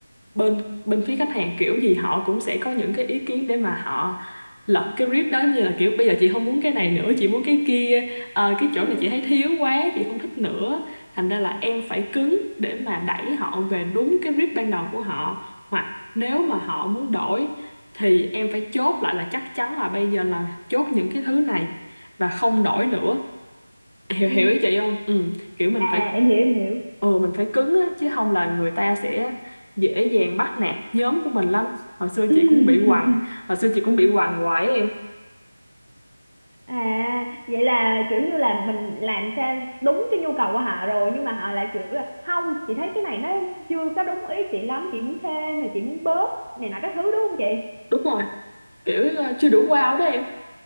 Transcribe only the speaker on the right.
ừ
ừ
à em hiểu em hiểu
<laughs>
à vậy là kiểu như là mình làm sao đúng cái nhu cầu của họ rồi nhưng mà họ lại kiểu là không chị thấy cái này nó chưa có đúng ý chị lắm chị muốn thêm mà chị muốn bớt này nọ các thứ đúng không chị